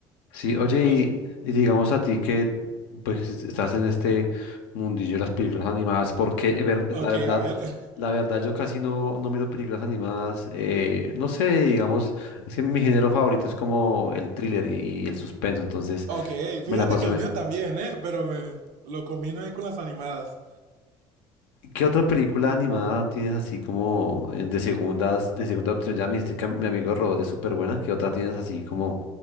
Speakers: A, on the left; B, on the right.
A: Sí, oye,
B: Y pues,
A: y, y digamos a ti que pues es- estás en este mundillo de las películas animadas, porque eh, ver-
B: ok,
A: la verdad,
B: a ver, <laughs>
A: la verdad yo casi no, no miro películas animadas, eh, no sé, digamos, es que mi género favorito es como el thriller y el suspenso, entonces
B: Ok,
A: me
B: fíjate
A: la paso.
B: que el
A: ve-
B: mío también, ¿eh? Pero me- lo combino ahí con las animadas.
A: ¿Qué otra película animada tienes así como eh, de segundas, de segunda opción? Ya me dijiste que mi amigo Robot es súper buena, ¿qué otra tienes así como,